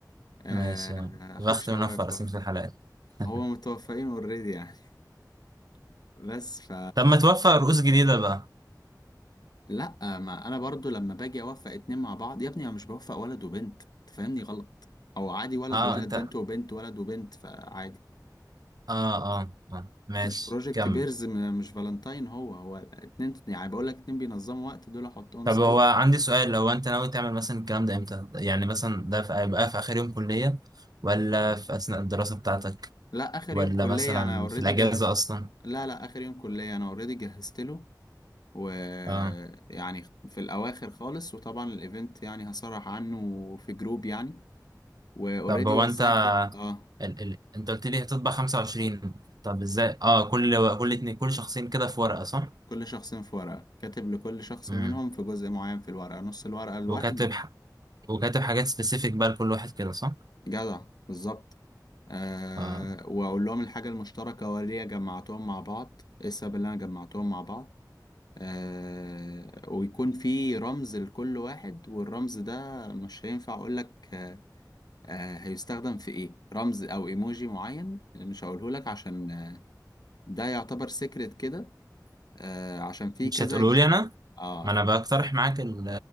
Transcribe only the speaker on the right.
ماشي يا عم. بخت
منفع رسمة
في الحلقات <laughs>
طب ما توفق رؤوس جديدة بقى
اه
انت
اه اه, آه. ماشي
كمل
طب
هو عندي سؤال لو انت ناوي تعمل مثلا الكلام ده امتى يعني مثلا ده في- هيبقى في اخر يوم كلية ولا في اثناء الدراسة بتاعتك
ولا
مثلا
في الاجازة
اصلا
اه
طب هو
انت
ال... ال... انت قلت لي هتطبع 25 طب ازاي اه كل كل اتنين كل شخصين كده في ورقة صح
امم
وكاتب ح... وكاتب حاجات سبيسيفيك بقى لكل واحد كده صح
آه.
مش
هتقولوا لي انا
ما انا بقترح معاك ال...